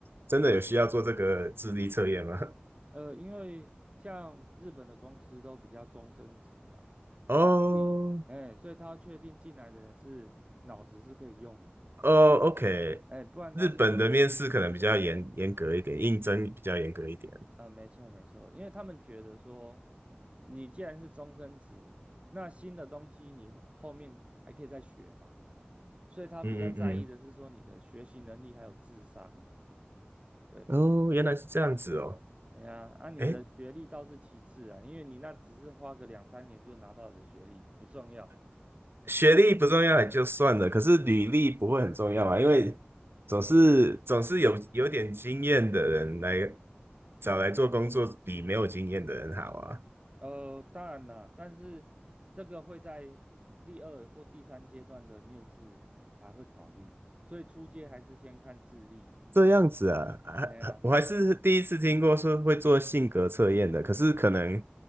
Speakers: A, on the right; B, on the right.
A: 真的有需要做这个智力测验吗？<laughs>
B: 呃，因为像日本的公司都比较终身制啊，
A: 哦
B: 所以哎，所以他要确定进来的人是脑子是可以用的。
A: 哦，OK，
B: 哎，不然他说
A: 日本的面试可能比较严严格一点，应征比较严格一点。
B: 呃，没错没错，因为他们觉得说，你既然是终身职，那新的东西你后后面还可以再学嘛，所以他比较在意的是说你的学习能力还有智商。
A: 嗯嗯
B: 对，
A: 嗯，哦，原来是这样子哦。
B: 哎呀，啊，你的学历倒是其次啊，
A: 哎。
B: 因为你那只是花个两三年就拿到的学历不重要，
A: 学历不重要也就算了，
B: 重
A: 可是履历不会很重要嘛？因为总是总是有有点经验的人来找来做工作，比没有经验的人好啊。
B: 呃当然啦，但是这个会在第二或第三阶段的面试才会考虑，所以初阶还是先看智力的。
A: 这样子啊啊啊我还是第一次听过说会做性格测验的，
B: 哎呀。
A: 可是可能